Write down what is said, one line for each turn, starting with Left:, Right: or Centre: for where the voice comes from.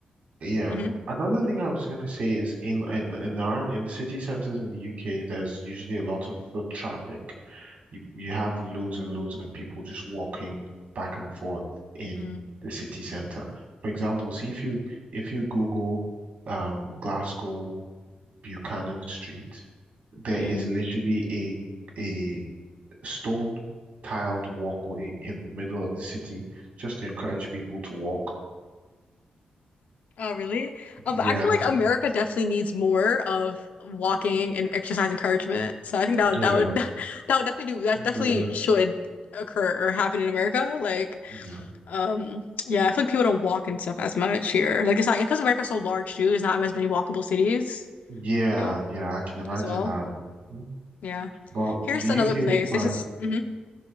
Right: yeah.
Left: mm-hmm,
Right: Another thing I was gonna say is in in in our in city centers in the UK, there's usually a lot of foot traffic. You you have loads and loads of people just walking back and forth in
Left: Mm-hmm.
Right: the city center. For example, see if you if you Google um, Glasgow Buchanan Street, there
Left: Mm-hmm.
Right: is literally a a stone tiled walkway in the middle of the city just to encourage people to walk.
Left: Oh, really? Oh, but
Right: Yeah,
Left: I feel like America definitely needs more of walking and exercise encouragement. So I think that would
Right: yeah,
Left: that would <laughs> that would definitely do that definitely
Right: gather.
Left: should occur or happen in America. Like,
Right: Yeah,
Left: um, yeah, I feel like people don't walk and stuff as much here. Like it's not because America's so large too, there's not as many walkable cities,
Right: yeah,
Left: you know,
Right: yeah. I can imagine
Left: as well.
Right: that. Mhm.
Left: Yeah.
Right: But
Left: Here's
Right: the UK
Left: another place.
Right: is quite.
Left: This is mhm,